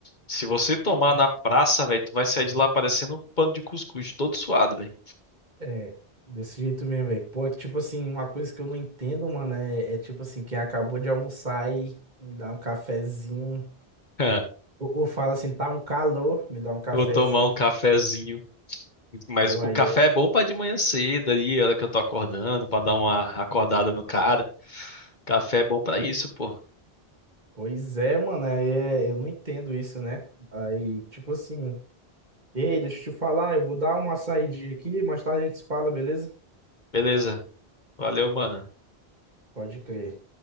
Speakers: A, on the left; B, on the right.
A: Se você tomar na praça, velho, tu vai sair de lá parecendo um pano de cuscuz, todo suado, velho.
B: É, desse jeito mesmo, velho. Pô, é que, tipo assim, uma coisa que eu não entendo, mano, é, é tipo assim, quem acabou de almoçar e me dá um cafezinho.
A: <laughs>
B: Ou, ou fala assim, tá um calor, me dá um cafezinho.
A: Vou tomar um cafezinho. Mas
B: Pô aí
A: o café
B: é.
A: é bom pra de manhã cedo ali, a hora que eu tô acordando, pra dar uma acordada no cara. Café é bom pra
B: Oi-
A: isso, pô.
B: Pois é, mano, aí é, eu não entendo isso, né? Aí, tipo assim, ei, deixa eu te falar, eu vou dar uma saidinha aqui, mais tarde a gente se fala, beleza?
A: Beleza. Valeu, mano.
B: Pode crer.